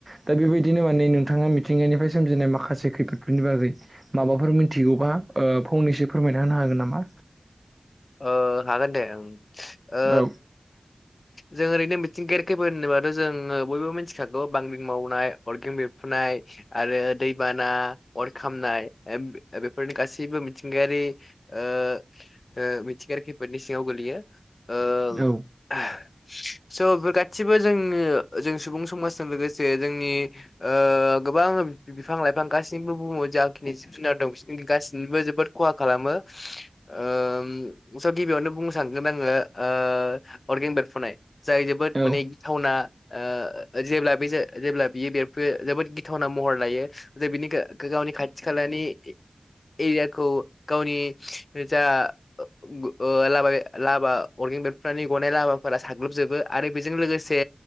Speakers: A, on the right; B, on the left.
A: दा बेबायदिनो माने नोंथाङा मि थिंगानिफ्राय सोमजिनाय माखासे खैफोदफोरनि बागै माबाफोर मिथिगौबा ओ फंनैसो फोरमायना होनो हा गोन नामा?
B: ओ हागोन दे ओं। ओ
A: औ
B: जों ओरैनो मिथिंगायारि खैफोर होनोबाथ' जोङो बयबो मिथिखागौ बांग्रिं मावनाय अरगें बेरफ्रुनाय आरो दैबाना अर खामनाय बेफोरनि गासैबो मिथिंगायारि ओ ओ मिथिंगायारि खैफोदनि सिंङाव गोलैयो। ओ
A: औ
B: <inaudible> स' बे गासिबो जोङो जों सुबुं समाजजों लोगोसे जोंनि ओ गोबां बिफां लाइफां गासैनिबो बुङो जाखिनि जिब जुनार दं गाससिनिबो जोबोद खहा खालामो ओ स' गिबियावनो बुंनो सानगोन आङो ओ अर्गेन बेरफ्रुनाय जाय जोबोद
A: औ
B: माने गिथावना ओ जेब्ला बे जेब्ला बियो बेरफ्रुयो जोबोद गिथावना महर लायो जे बिनि गावनि खाथि खाला दानि एरियाखौ गावनि जा ओ लामा लाभा अरगें बेरफ्रुनायनि गनाय लाभा फोरा साग्लोबजोबो आरो ओ बेजों लोगोसे